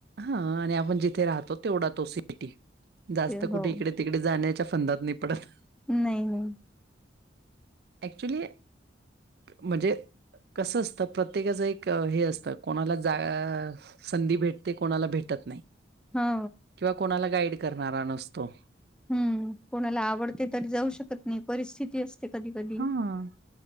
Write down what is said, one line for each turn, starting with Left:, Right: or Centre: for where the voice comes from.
Right: हा आणि आपण जिथे राहतो तेवढा तो सिटी. जास्त
Centre: ते
Right: कुठे
Centre: हो
Right: इकडे -तिकडे जाण्याच्या फंदात नाही पडत.
Centre: नाही नाही.
Right: ॲक्च्युली म्हणजे, कसं असतं प्रत्येकाचं एक हे असतं कोणांला जां संधी भेटते कोणांला भेटतं नाहीं
Centre: हो
Right: किंवा कोणांला गाईड करणांरा नसतो
Centre: हम्मं कोणांला आवडते तरी जाऊं शकतं नाहीं परिस्थिती असते कधीं कधीं
Right: हां.